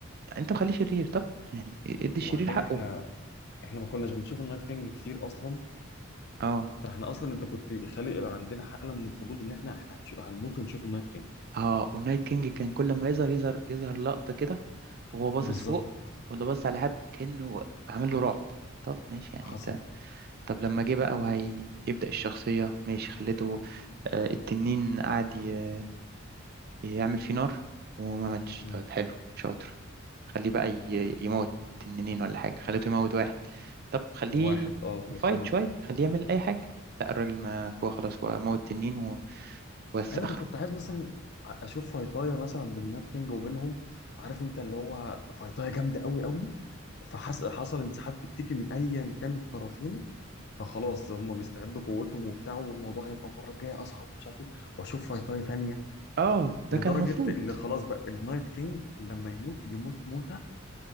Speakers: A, on the right; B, on the left.
A: انت مخليه شرير طب يعني ادي الشرير
B: وبعدين
A: حقه
B: احنا احنا ما كناش بنشوف النايت كينج كتير اصلا
A: اه
B: فاحنا اصلا انت كنت خالق عندنا حاله من الفضول ان احنا احنا هنشو- هنموت ونشوف النايت كينج
A: اه والنايت كينج كان كل ما يظهر يظهر يظهر لقطة كده وهو باصص
B: بالظبط
A: فوق ولا باصص على حد كأنه عامل له رعب طب ماشي يعني
B: حصل
A: انت طب لما جه بقى وهيبدأ الشخصية ماشي خليته آه، التنين قعد ي- يعمل فيه نار وما ماتش
B: مم.
A: طب حلو شاطر خليه بقى ي- يموت تنين ولا حاجة خليته يموت واحد طب خليه
B: واحد اه
A: يفايت
B: وخده
A: شوية خليه يعمل أي حاجة لا الراجل ما هو خلاص هو موت تنين و- وبس
B: ايوه
A: آخره
B: انا كنت عايز مثلا أ- اشوف فايتايا مثلا بالنايت كينج وبينهم عارف انت اللي هو فايتايا جامده قوي قوي فحصل انسحاب تكتيكي من ايا كان الطرفين فخلاص هم بيستعدوا قوتهم وبتاع والموضوع هيبقى المره الجايه اصعب ومش عارف ايه واشوف فايتاي تانيه
A: اه ده
B: لدرجه
A: كان المفروض
B: اللي خلاص بقى النايت كينج لما يموت يموت موته